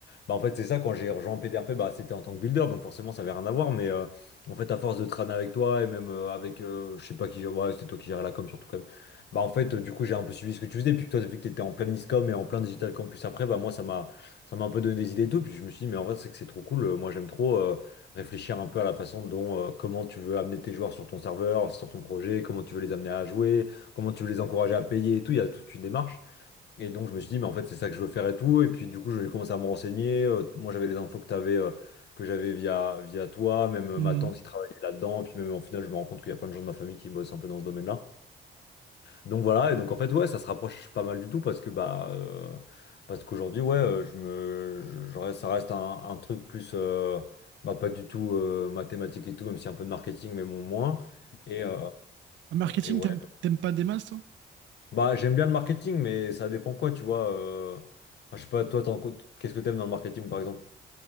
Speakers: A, on the left; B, on the right.
A: bah, en fait, c'est ça, quand j'ai rejoint PDRP, bah, c'était en tant que builder, donc forcément ça avait rien à voir, mais euh, en fait, à force de traîner avec toi et même euh, avec, euh, je sais pas qui, gère- ouais, c'était toi qui gérais la com surtout quand même. Bah en fait, euh, du coup, j'ai un peu suivi ce que tu faisais, puis que toi, vu que tu étais en plein ISCOM et en plein Digital Campus après, bah moi, ça m'a ça m'a un peu donné des idées et tout. Puis je me suis dit, mais en vrai, c'est que c'est trop cool. Euh, Moi, j'aime trop euh, réfléchir un peu à la façon dont, euh, comment tu veux amener tes joueurs sur ton serveur, sur ton projet, comment tu veux les amener à jouer, comment tu veux les encourager à payer et tout. Il y a toute une démarche. Et donc, je me suis dit, mais en fait, c'est ça que je veux faire et tout. Et puis, du coup, je vais commencer à me renseigner. Euh, moi, j'avais les infos que t'avais, avais. que j'avais via, via toi, même euh,
B: Hmm.
A: ma tante qui travaillait là-dedans, puis même en final, je me rends compte qu'il y a plein de gens de ma famille qui bossent un peu dans ce domaine-là. Donc voilà, et donc en fait, ouais, ça se rapproche pas mal du tout parce que bah euh, parce qu'aujourd'hui, ouais, euh, je me je, je reste- ça reste un, un truc plus euh, bah pas du tout euh, mathématique et tout, même si un peu de marketing, mais bon moins. Et, euh,
B: Marketing,
A: et ouais.
B: t'aimes, t'aimes pas des masses, toi?
A: Bah j'aime bien le marketing, mais ça dépend quoi, tu vois. euh. Enfin, je sais pas, toi, t'en- qu'est-ce que t'aimes dans le marketing, par exemple?